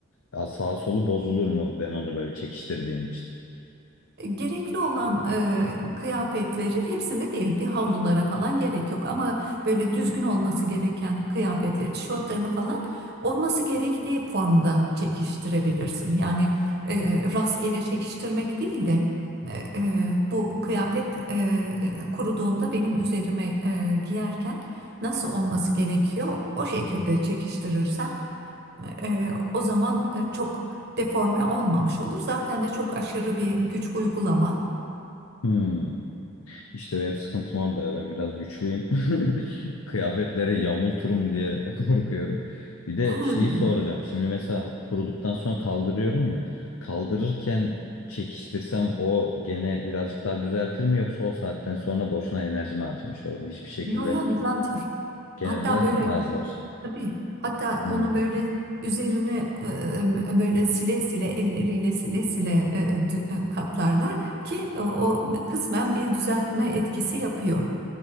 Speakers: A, on the left; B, on the right.
A: a- sağ solu bozulur mu ben onu böyle çekiştirdiğim için?
B: Gerekli olan e, kıyafetleri hepsini değil bir havlulara falan gerek yok ama böyle düzgün olması gereken kıyafetleri tişörtlerini falan olması gerektiği formda çekiştirebilirsin. Yani e, rastgele çekiştirmek değil de e, e, bu kıyafet e, kuruduğunda benim üzerime e, giyerken nasıl olması gerekiyor o şekilde çekiştirirsen e, o zaman e, çok deforme olmamış olur. Zaten de çok aşırı bir güç uygulama.
A: Hmm. İşte benim sıkıntım orada ya ben biraz güçlüyüm. <laughs> Kıyafetleri yamulturum diye <laughs> korkuyorum. Bir de
B: Hmm.
A: şey soracağım. Şimdi mesela kuruduktan sonra kaldırıyorum ya. Kaldırırken çekiştirsem o gene birazcık daha düzeltir mi yoksa o saatten sonra boşuna enerjimi harcamış olurum. Hiçbir şekilde
B: Yo yo düzeltir.
A: gene
B: Hatta
A: düzeltir
B: böyle
A: mi az da olsa?
B: tabii hatta
A: Hmm.
B: onu böyle üzerine e, böyle sile sile elleriyle sile sile e, dü- e, katlarlar ki o, o kısmen bir düzeltme etkisi yapıyor.